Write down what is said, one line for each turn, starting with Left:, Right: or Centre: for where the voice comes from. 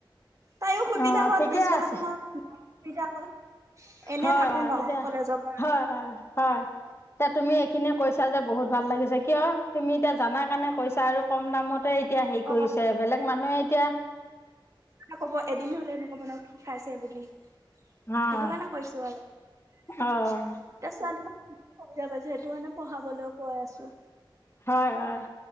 Right: তাইৰো সুবিধা
Left: অ
Right: হ'ল
Left: ঠিকে
Right: পিছবেলা
Left: আছে
Right: সময়ত মোৰ সুবিধা হ'ল, এনে
Left: হয়
Right: থাকো ন
Left: এতিয়া
Right: কলেজৰ পৰা আহি।
Left: হয় হয় হয় এতিয়া তুমি এইখিনিয়ে কৈছা যে বহুত ভাল লাগিছে কিয় তুমি এতিয়া জানা কাৰণে কৈছা আৰু কম দামত এতিয়া হেৰি
Right: অ'
Left: কৰিছে বেলেগ মানুহে এতিয়া
Right: ক'ব এদিন হলে ন বনাওঁ খাইছে বুলি
Left: হয়
Right: সেইটো কাৰণে কৈছো আৰু এতিয়া
Left: অ',
Right: ছোৱালী বুা পাইছে সেইটো মানে পঢ়াবলৈ কৈ আছো
Left: হয় হয়